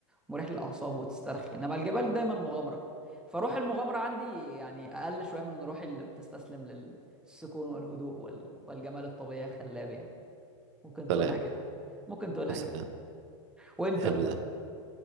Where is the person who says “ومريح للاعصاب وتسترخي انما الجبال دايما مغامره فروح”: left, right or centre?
Centre